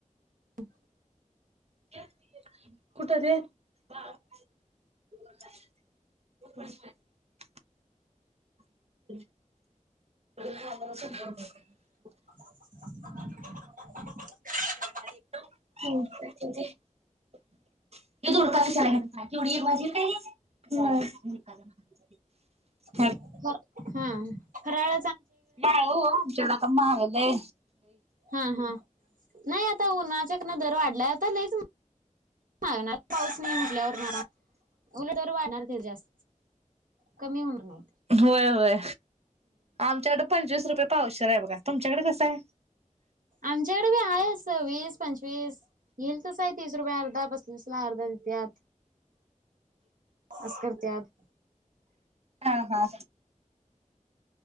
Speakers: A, on the right (about 85°); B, on the right (about 50°).
A: अहं.
B: <unintelligible> कुठं ते? <unintelligible> <inaudible>
A: रिकामा ऑडिओ
B: हं <inaudible>
A: हो. हा. फराळ
B: नाही हो महागले.
A: हा हा. नाही आता उन्हाचा क ना दर वाढलाय आता लईच मागणार पाऊस तु उठल्यावर उलट. दर वाणार ते जास्त कमी होणार नाही.
B: होय होय आमच्याकड पंचवीस रुपये पावशेर आहे बघा तुमच्याकड कसं आहे.
A: आमच्याकड हायेच. सववीस पंचवीस येईल तसा आहे तीस रुपये अर्धा ला अर्धा देत्यात. बस कर. त्यात.
B: हा हा.